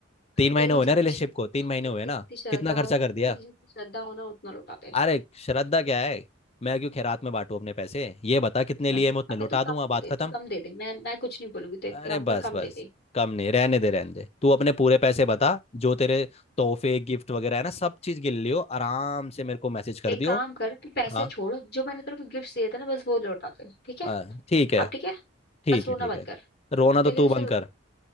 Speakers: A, on the left (about 30°); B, on the left (about 50°).
A: तीन महीने
B: तेरी
A: हुए
B: जितनी
A: ना रिलेशनशिप
B: श्रद्धा
A: को तीन
B: हो
A: महीने
B: तेरी
A: हुए
B: जितनी
A: ना
B: श्रद्धा
A: कितना खर्चा
B: हो
A: कर दिया
B: तेरी जितनी श्रद्धा हो ना उतना लौटा दे
A: अरे श्रद्धा क्या है मैं क्यों खैरात में बांटू अपने पैसे ये बता कितने
B: लाइक
A: लिए मैं उतने
B: अबे
A: लौटा
B: तू कम
A: दूंगा
B: दे
A: बात
B: दे
A: खत्म
B: तू कम दे दे मैं मैं कुछ नहीं बोलूंगी तो एक
A: अरे
B: काम
A: बस
B: कर कम
A: बस
B: दे दे
A: कम नहीं रहने दे रहने दे तू अपने पूरे पैसे बता जो तेरे तोहफे गिफ्ट वगैरह है ना सब चीज गिन लियो आराम से मेरे को मैसेज कर
B: एक
A: दियो
B: काम कर तू पैसे
A: हाँ
B: छोड़ जो मैंने तेरे को गिफ्ट दिए थे ना बस वो लौटा दे ठीक है
A: हाँ, ठीक है
B: अब ठीक है
A: ठीक
B: बस रोना
A: है ठीक
B: बंद
A: है
B: कर
A: रोना
B: तेरे
A: तो तू
B: जैसे
A: बंद
B: रो-
A: कर